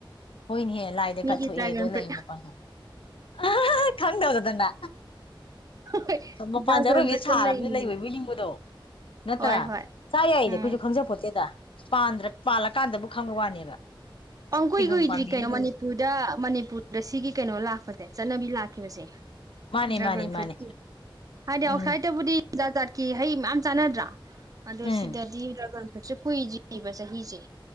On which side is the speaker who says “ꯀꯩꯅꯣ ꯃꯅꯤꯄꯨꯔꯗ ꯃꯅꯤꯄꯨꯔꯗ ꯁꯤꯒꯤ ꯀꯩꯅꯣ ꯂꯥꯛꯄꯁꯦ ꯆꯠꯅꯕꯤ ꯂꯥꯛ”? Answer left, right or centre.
Right